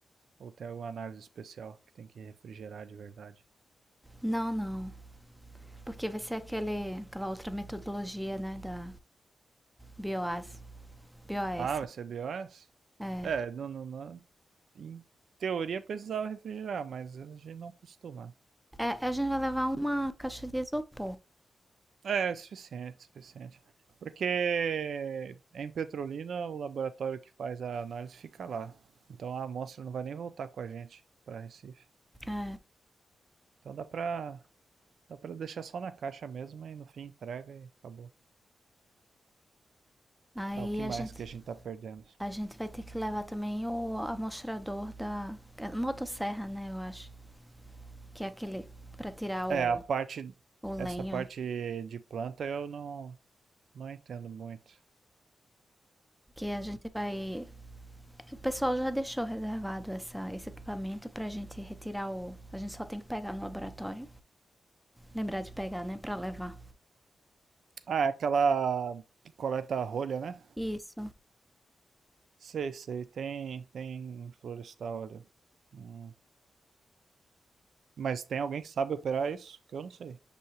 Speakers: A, on the right (about 75°); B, in the centre.
A: Ou tem alguma análise especial que tem que refrigerar de verdade?
B: Não, não. Porque vai ser aquele, aquela outra metodologia, né, da BOAS. BOAS.
A: Ah, vai ser BIOS?
B: É.
A: É, não, não, não- em teoria precisava refrigerar, mas a gente não costuma.
B: É, a gente vai levar uma caixa de isopor.
A: É, é suficiente, suficiente. Porque em Petrolina o laboratório que faz a análise fica lá. Então a amostra não vai nem voltar com a gente para Recife.
B: É.
A: Então dá pra, dá pra deixar só na caixa mesmo e no fim entrega e acabou.
B: Aí
A: Tá, o que mais
B: a gente,
A: que a gente tá perdendo?
B: a gente vai ter que levar também o amostrador da a motosserra, né? Eu acho. Que é aquele para tirar o,
A: É, a parte,
B: o
A: essa
B: lenho.
A: parte de planta eu não, não entendo muito.
B: Que a gente vai. O pessoal já deixou reservado essa, esse equipamento pra gente retirar o. A gente só tem que pegar no laboratório. Lembrar de pegar, né? Pra levar.
A: Ah, é aquela que coleta a rolha, né?
B: Isso.
A: Sei, sei, tem, tem em florestal ali. Hum. Mas tem alguém que sabe operar isso? Que eu não sei.